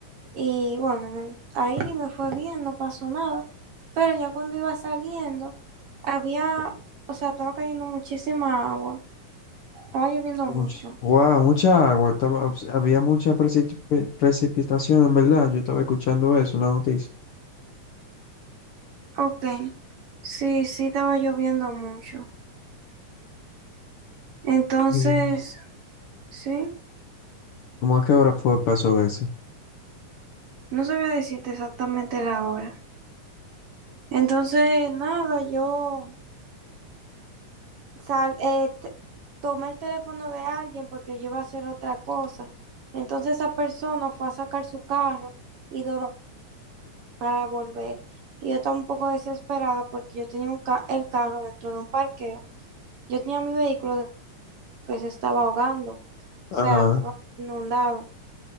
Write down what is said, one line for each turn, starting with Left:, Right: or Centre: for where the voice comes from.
Right: y bueno, en el- ahí me fue bien, no pasó nada, pero ya cuando iba saliendo, había, o sea, estaba cayendo muchísima agua. Estaba lloviendo
Left: Mucha,
Right: mucho.
Left: wow, mucha agua. Estaba, había mucha precip- pre- precipitación, en verdad. Yo estaba escuchando eso en la noticia.
Right: Ok. Sí, sí, estaba lloviendo mucho. Entonces,
Left: Sí.
Right: sí,
Left: ¿Cómo a qué hora fue pasó eso?
Right: no sabía decirte exactamente la hora. Entonces, nada, yo sal, eh, t- tomé el teléfono de alguien porque yo iba a hacer otra cosa. Entonces, esa persona fue a sacar su carro y duró para volver. Y yo estaba un poco desesperada porque yo tenía un ca- el carro dentro de un parqueo. Yo tenía mi vehículo que se estaba ahogando, o sea,
Left: Ajá.
Right: estaba inundado.